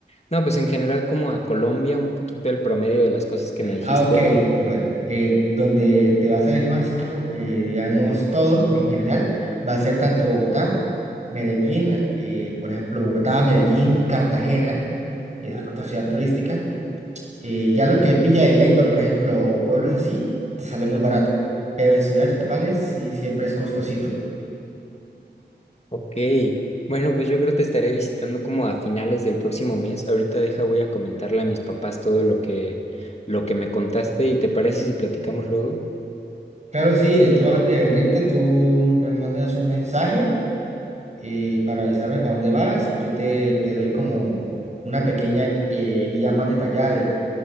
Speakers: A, on the left; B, on the right.
A: no, pues en general como a Colombia, un poquito el promedio de las cosas que me dijiste.
B: Ah, ok, bueno, eh, donde te va a salir más caro, eh, digamos, todo en general, va a ser tanto Bogotá, Medellín, eh, por ejemplo, Bogotá, Medellín, Cartagena, que es otra ciudad turística. Eh, ya lo que es Villa de Leyva, por ejemplo, o pueblos así, te sale muy barato. Pero en ciudades principales sí siempre es costosito.
A: Ok, bueno, pues yo creo que te estaré visitando como a finales del próximo mes. Ahorita deja, voy a comentarle a mis papás todo lo que, lo que me contaste y ¿te parece si platicamos luego?
B: Claro, sí, eh, tú antes de venirte, tú me mandas un mensaje eh, para avisarme para dónde vas. pues Yo te, te doy como una pequeña eh, guía más detallada de,